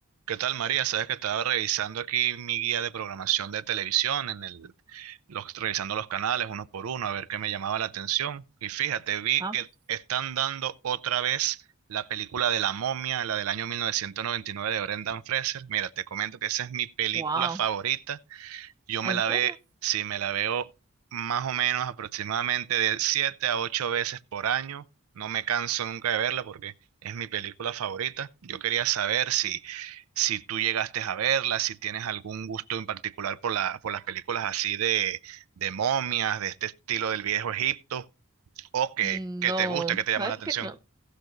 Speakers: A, on the right (about 80°); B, on the right (about 20°).
A: ¿Qué tal, María? Sabes que estaba revisando aquí mi guía de programación de televisión, en el, los, revisando los canales uno por uno, a ver qué me llamaba la atención. Y fíjate, vi
B: Ah,
A: que están dando otra vez la película de La Momia, la del año 1999 de Brendan Fraser. Mira, te comento que esa es mi película
B: wow.
A: favorita yo me
B: ¿En
A: la
B: serio?
A: ve, sí, me la veo más o menos aproximadamente de siete a ocho veces por año. No me canso nunca de verla porque es mi película favorita. Yo quería saber si, si tú llegaste a verla, si tienes algún gusto en particular por la, por las películas así de, de momias, de este estilo del viejo Egipto, o que,
B: No,
A: que te gusta, que te
B: sabes
A: llama la atención.
B: que no,